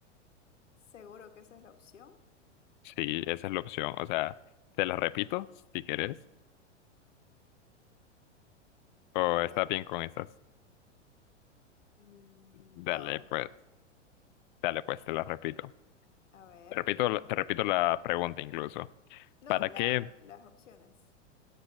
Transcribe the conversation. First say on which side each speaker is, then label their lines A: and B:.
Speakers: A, on the left; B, on the left.
A: Seguro que esa es la opción.
B: Sí, esa es la opción. O sea, te las repito si quieres. O
A: A ver.
B: estás bien con esas.
A: Mm,
B: Dale,
A: No,
B: pues, dale, pues, te las repito.
A: a ver.
B: Te repito, la- te repito la pregunta incluso.
A: No,
B: ¿Para
A: la,
B: qué
A: las opciones.